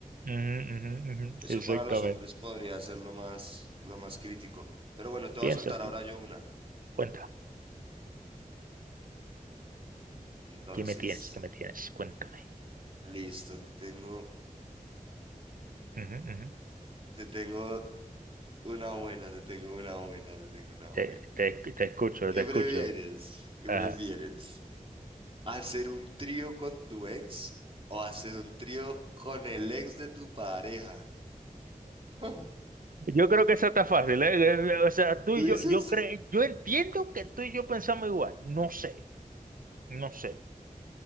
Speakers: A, on the right (about 75°); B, on the right (about 40°).
A: Ujú, ujú, ujú,
B: Eso
A: Exactamente.
B: para los hombres podría ser lo más, lo más crítico. Pero bueno, te voy
A: Piénsatelo.
B: a soltar ahora yo una.
A: Cuenta.
B: Entonces,
A: ¿Qué me tienes? ¿Qué me tienes? Cuéntame.
B: listo, te tengo,
A: Ujú, ujú.
B: te tengo una buena, te tengo una buena, te tengo una buena.
A: Te, te- te escucho,
B: ¿Qué
A: te escucho.
B: prefieres? ¿Qué
A: Ajá.
B: prefieres? ¿Hacer un trío con tu ex o hacer un trío con el ex de tu pareja? <laughs>
A: Yo creo que eso está fácil, ¿eh? O sea, tú
B: ¿Tú
A: y
B: dices?
A: yo, yo creo, yo entiendo que tú y yo pensamos igual. No sé, no sé.